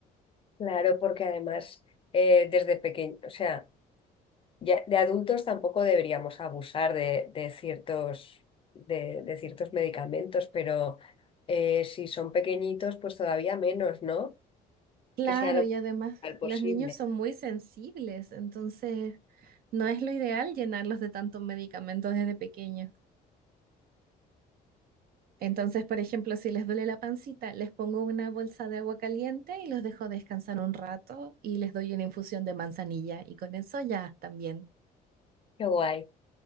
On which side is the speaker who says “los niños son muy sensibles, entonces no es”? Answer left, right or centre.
Right